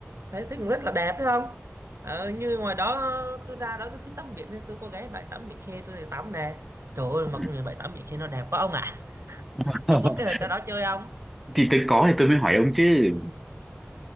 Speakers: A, on the right (about 80°); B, in the centre.
A: thấy thấy cũng rất là đẹp đúng không ờ, như ngoài đó tôi ra đó tôi thích tắm biển nên tôi có ghé bãi tắm Mỹ Khê tôi thì tắm nè trời ơi mà
B: ừ.
A: công nhận bãi tắm Mỹ Khê nó đẹp quá ông ạ
B: <laughs>
A: <laughs> ông có kế hoạch ra đó chơi không
B: Thì tôi có thì tôi mới hỏi ông chứ.